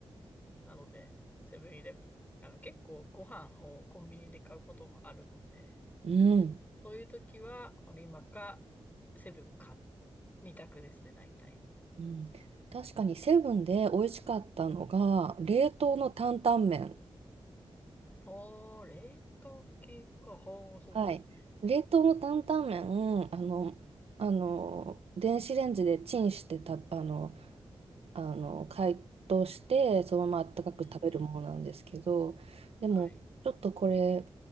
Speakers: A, on the left; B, on the right.
A: なので、セブンイレブン、あの、結構ご飯をコンビニで買うこともあるので、
B: うん、
A: そういう時はファミマかセブンか2択ですね、大体。
B: うん。確かにセブンで美味しかったのが、冷凍の担々麺。
A: あー、冷凍系か。はあ、そうなんですね。
B: はい。冷凍の担々麺、あの、あの、電子レンジでチンしてた、あの、あの解凍してそのままあったかく食べるものなんですけどでもちょっとこれ、
A: うんうん。はい。